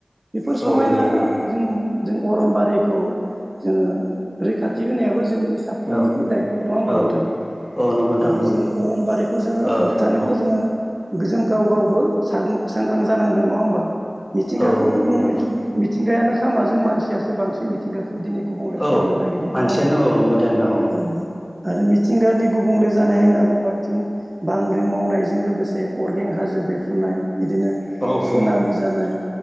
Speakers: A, on the right; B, in the centre.
A: बेफोर समायना
B: औ गोरलैयो गोरलैयो
A: जों जों अरनबारिखौ जोङो रैखाथि होनायाबो जोंनि साफ्रोमनिबो
B: औ
A: दायथ', नङा होमबा
B: औ
A: नोंथां?
B: नंगौ नोंथां
A: औ
B: नंगौ
A: जों अरनबारिखौ जोङो
B: औ
A: होबथानोबा
B: औ
A: जोङो जों गाव गावबो सां-सांग्रां जानांगोन, नङा होमबा? मिथिंगाखौ
B: औ नंगौ
A: गुबुंलेथ'
B: नोंथौ नंगौ
A: मिथिंगायानो खामा जों मानसियासो बांसिन मिथिंगा खौ दिनै गुबुंले
B: औ
A: खालामनो नागिरदों
B: मानसियानो
A: नङा होमबा
B: औ नंगौ दे नोंथां
A: औ आरो मि थिंगानि गुबुंले जानाय होनना बुंबा बिथिं बांग्रिं मावनायजों लोगोसे अर्गें हाजो बेरफ्रुनाय। बिदिनो
B: औ
A: सुनामि
B: औ
A: जानाय